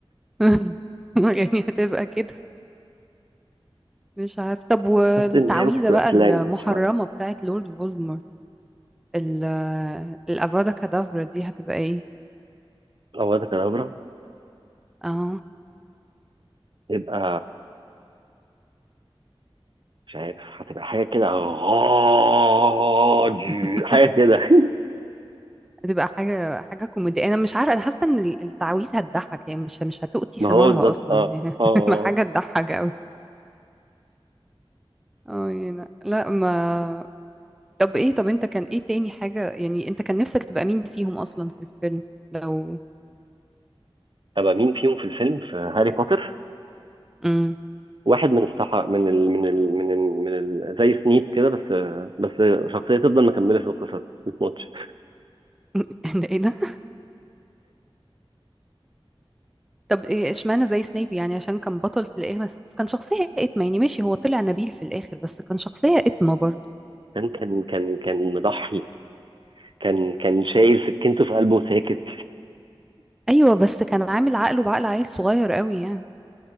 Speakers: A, in the centre; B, on the right.
A: <laughs> يعني هتبقى كده مش عارف طب والتعويذة
B: بس ان هي ممكن تبقى
A: بقى
B: سلانج
A: المحرمة
B: شويه
A: بتاعت لورد فولدمورت ال- الأفادا كادافرا دي هتبقى إيه؟
B: او ده كدابرا
A: اه
B: يبقى مش عارف هتبقى حاجه كده غاضي
A: <laughs>
B: حاجه كده <laughs>
A: بتبقى حاجة حاجة كوميدية أنا مش عارفة أنا حاسة إن ال- التعويذة هتضحك يعني مش مش هتؤتي
B: ما
A: ثمارها
B: هو بالظبط
A: أصلا
B: اه
A: <laughs>
B: اه آه.
A: حاجة تضحك أوي أه يعني لا ما طب إيه طب أنت كان إيه تاني حاجة يعني أنت كان نفسك تبقى مين فيهم أصلا في الفيلم لو
B: ابقى مين فيهم في الفيلم في هاري بوتر
A: امم
B: واحد من الصحا من ال... من ال... من ال... من ال... زي سنيب كده بس بس شخصيه تفضل مكمله في القصه دي ماتش
A: <laughs> ده إيه ده طب إيه إشمعنى زي سنيب يعني عشان كان بطل في الآخر بس بس كان شخصية إتمة يعني ماشي هو طلع نبيل في الآخر بس كان شخصية إتمة برضه
B: كان كان كان كان مضحي كان كان شايل سكينته في قلبه ساكت
A: أيوه بس كان عامل عقله بعقل عيل صغير أوي يعني